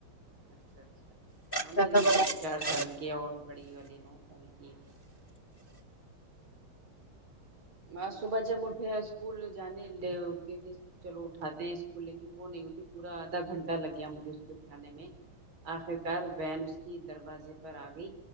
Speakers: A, on the right; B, on the left.
A: اچھا اچھا ہاں
B: زیادہ
A: میری بھی
B: بڑا
A: بیٹی
B: نہیں۔
A: چار سال کی ہے اور بڑی والی نو سال کی ہے اج صبح جب میں اٹھے <unintelligible> اسکول جانے لے چلو اٹھاتے ہیں اسکول لیکن وہ نہیں اٹھی پورا آدھا گھنٹہ لگ گیا مجھے اسکو اٹھانے میں آخر کار وین اس کی دروازے پر آ گئی